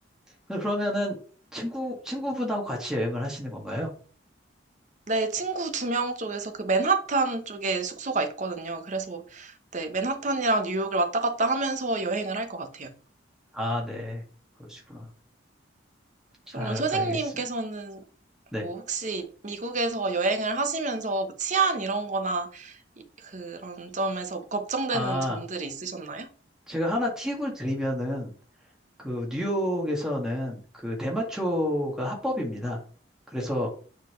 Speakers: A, in the centre; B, on the right.
A: 그러면은 친구, 친구분하고 같이 여행을 하시는 건가요?
B: 네, 친구 두 명 쪽에서 그 맨하탄 쪽에 숙소가 있거든요. 그래서 네, 맨하탄이랑 뉴욕을 왔다 갔다 하면서 여행을 할 것 같아요.
A: 아, 네. 그러시구나. 잘
B: 그러면 선생님께서는
A: 알겠습니다. 네.
B: 뭐 혹시 미국에서 여행을 하시면서 뭐 치안 이런 거나 이- 그런 점에서 걱정되는
A: 아,
B: 점들이 있으셨나요?
A: 제가 하나 팁을 드리면은, 그, 뉴욕에서는 그 대마초가 합법입니다. 그래서